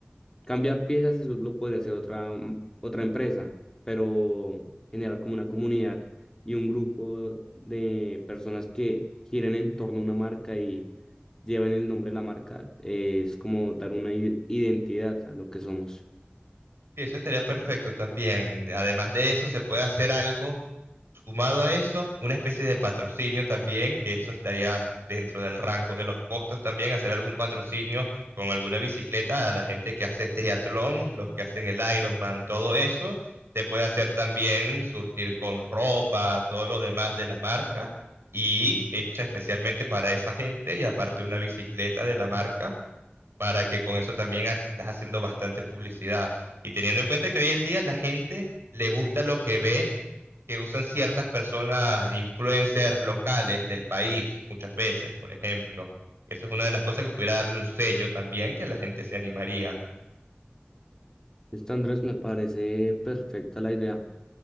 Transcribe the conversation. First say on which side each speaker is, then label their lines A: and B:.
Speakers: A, on the left; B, on the right.
A: Cambiar piezas, eso lo podría hacer otra, mm, otra empresa, pero generar como una comunidad y un grupo de personas que giren en torno a una marca y lleven el nombre de la marca, eh, es como dar una i- identidad a lo que somos.
B: Y eso estaría perfecto también. Además de eso, se puede hacer algo sumado a eso, una especie de patrocinio también, que eso estaría dentro del rango de los costos también, hacer algún patrocinio con alguna bicicleta a la gente que hace triatlón, los que hacen el Ironman, todo eso. Se puede hacer también surtir con ropa, todo lo demás de la marca y hecha especialmente para esa gente y aparte una bicicleta de la marca para que con eso también ha- estás haciendo bastante publicidad. Y teniendo en cuenta que hoy en día la gente le gusta lo que ve, que usan ciertas personas, influencers locales del país, muchas veces, por ejemplo. Eso es una de las cosas que pudiera darle un sello también, que la gente se animaría.
A: Listo, Andrés, me parece perfecta la idea.